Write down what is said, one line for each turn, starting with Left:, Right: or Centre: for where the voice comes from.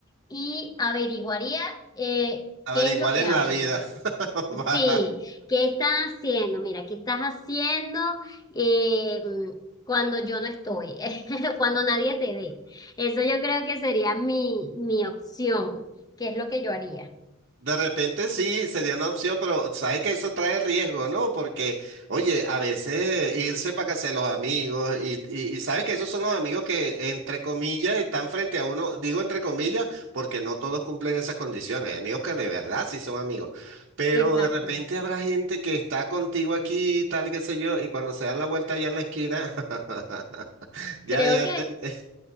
Left: y averiguaría eh,
Right: <laughs> A
Left: qué
Right: ver, igual
Left: es lo que
Right: es
Left: hablan.
Right: la vida. <laughs> Va.
Left: Sí, qué estás haciendo, mira, qué estás haciendo eh, mm, cuando yo no estoy, <laughs> cuando nadie te ve. Eso yo creo que sería mi, mi opción, que es lo que yo haría.
Right: De repente sí, sería una opción, pero sabes que eso trae riesgo, ¿no? Porque, oye, a veces irse para casa de los amigos y, y, y sabes que esos son los amigos que, entre comillas, están frente a uno. Digo entre comillas porque no todos cumplen esas condiciones. Hay amigos que de verdad sí son amigos, pero
Left: Exacto.
Right: de repente habrá gente que está contigo aquí, tal, qué sé yo, y cuando se dan la vuelta allá en la esquina. <laughs> Ya,
Left: Creo
Right: ya,
Left: que,
Right: te- eh,